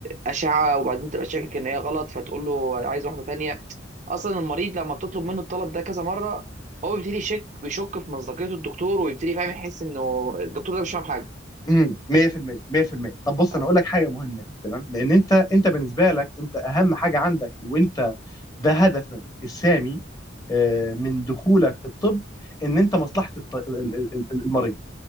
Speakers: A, on the right; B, on the left.
A: اشعه وبعدين تبقى شاكك ان هي غلط فتقول له عايز واحده تانية اصلا المريض لما بتطلب منه الطلب ده كذا مره هو بيبتدي يشك بيشك في مصداقيه الدكتور ويبتدي فاهم يحس انه الدكتور ده مش فاهم حاجه
B: امم 100% 100% طب بص
A: فاهم
B: انا اقول لك حاجه مهمه يعني، تمام لان انت انت بالنسبه لك انت اهم حاجه عندك وانت ده هدفك السامي آه، من دخولك الطب ان انت مصلحه الط- ال- ال- ال- المريض